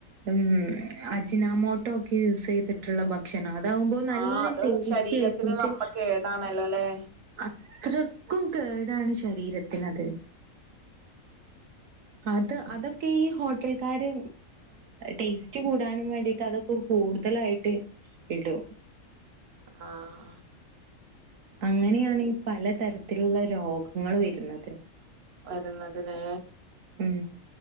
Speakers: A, on the right; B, on the right.
A: ഉ അജിനാമോട്ടോ ഒക്കെ യൂസ് ചെയ്തിട്ടുള്ള ഭക്ഷണം ഇതകുമ്പോ നല്ല
B: ആഹ് അത്
A: ടേസ്റ്റി
B: ശരീരത്തിന്
A: ആയിരിക്കും പക്ഷെ
B: വമ്പ കേടാണല്ലോ ല്ലേ
A: എത്രക്കും കേടാണ് ശരീരത്തിനത് അത് അതൊ ഈ ഹോട്ടൽക്കാര് ടേസ്റ്റ് കൂടാനും വേണ്ടിട്ട് അതൊക്കെ കൂടുതലായിട്ട് ഇടു
B: ആഹ
A: അങ്ങനെയാണ് ഈ പലതരത്തിലുള്ള രോഗങ്ങൾ വരുന്നത്
B: വരുന്നതിലേ
A: ഉം